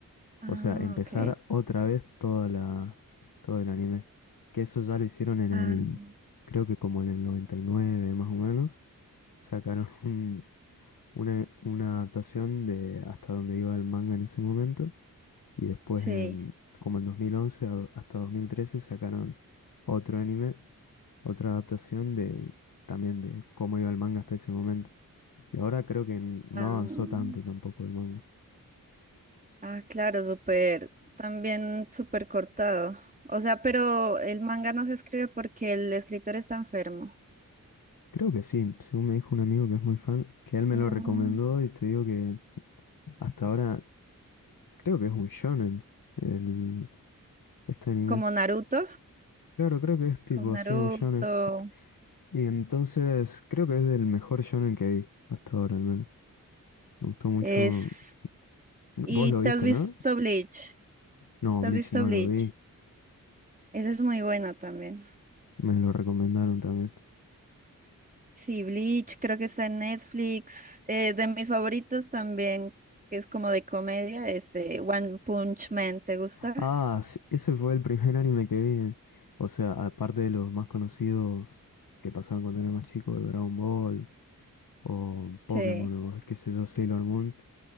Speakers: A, on the right; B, on the left.
A: Ah,
B: O sea, empezar
A: ok.
B: otra vez toda la, todo el anime. Que eso ya lo hicieron en
A: Ah,
B: el, creo que como en el 99 más o menos. Sacaron <laughs> un- una, una adaptación de hasta donde iba el manga en ese momento. Y después
A: Sí,
B: en, como en 2011 a- do- hasta 2013 sacaron otro anime, otra adaptación de también de cómo iba el manga hasta ese momento. Y ahora creo que n- no
A: ah,
B: avanzó tanto tampoco el manga.
A: ah, claro, súper, también súper cortado. O sea, pero el manga no se escribe porque el escritor está enfermo.
B: Creo que sí, según me dijo un amigo que es muy fan, que él me
A: Mm,
B: lo recomendó y te digo que hasta ahora creo que es un shonen el, este anime.
A: Como Naruto,
B: Claro, creo que es tipo
A: como Naruto.
B: así, un shonen. Y entonces creo que es del mejor shonen que vi, hasta ahora al menos. Me gustó mucho.
A: Es...
B: Vos
A: ¿Y
B: lo viste,
A: te has visto
B: ¿no?
A: Bleach?
B: No,
A: ¿Te
B: Bleach
A: has visto
B: no
A: Bleach?
B: lo vi,
A: Esa es muy buena también.
B: me lo recomendaron también.
A: Sí, Bleach, creo que está en Netflix. Eh, de mis favoritos también, que es como de comedia, este One Punch Man, ¿te gusta?
B: Ah, sí, ese fue el primer anime que vi. eh. O sea, aparte de los más conocidos que pasaban cuando era más chico, Dragon Ball. o
A: Sí.
B: Pokémon o qué sé yo, Sailor Moon.